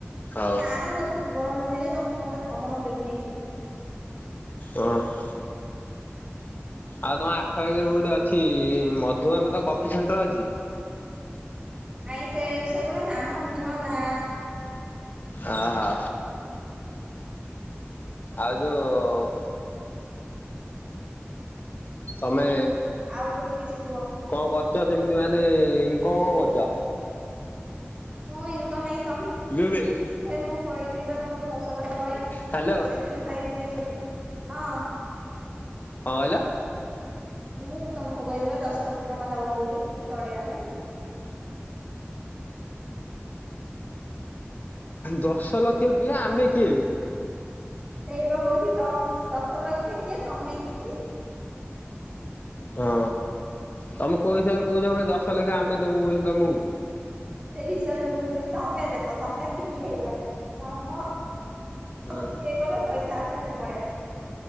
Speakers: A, on the left; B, on the right.
A: ହଉ
B: ନା ନା ମୁଁ ଏତେ ଦୁ ର୍ବଳ ନୁହେଁ ଯେ ତମେ ମତେ ପବନ ଉଡେଇକି ନେଇଯିବ।
A: ଓ ହୋ। ଆଉ ତମ ଆଖପାଖିରେ କୋଉଠି ଅଛି ମଧୁବନରେ ତ କଫି ସେଣ୍ଟର ଅଛି?
B: ଆଇଁ ସେ ସେଗୁଡା ନାମ ନିଅ ନା।
A: ଆହା। ଆଉ ଯୋଉ ତମେ
B: ଆଉ କିଛି କିଛି କୁହ।
A: କଣ କରୁଛ ସେମିତି ମାନେ କଣ କଣ କରୁଛ?
B: ମୁଁ ଇନକମ ନାଇଁ ତମେ
A: ହ୍ୟାଲୋ
B: ମୁଁ କହିଥିଲି ପା ତମକୁ ସକାଳ ପାଇଁ
A: କଣ
B: ସେଥିରେ ମୁଁ ଖାଇବି ଯେ ହଁ।
A: କଣ କହିଲ?
B: ମୁଁ ତମକୁ କହିଥିଲି ପା ଦଶ ଲକ୍ଷ ଟଙ୍କା ଦବ ବୋଲି ଚଳେଇବା ପାଇଁ।
A: ଦଶ ଲକ୍ଷ କିଏ ଆମେ କିଏ?
B: ସେଇବା କହୁଛି ତମ ଦଶ ଲକ୍ଷ କିଏ ତମେ କିଏ?
A: ହଁ ତମେ କୋଉ ହିସାବରେ କହୁଛ ପୁଣି ଦଶ ଲକ୍ଷ ଆମେ ଦବୁ ବୋଲି ତମକୁ?
B: ସେଇ ହିସାବରେ କହୁଛି ତମେ ଦେଖ ତମେ ବିକି ହେଇଯାଅ। କାମ
A: ହୁଁ
B: ବିକି ହେଇକର ପଇସା ନିହାତି ପଳେଇ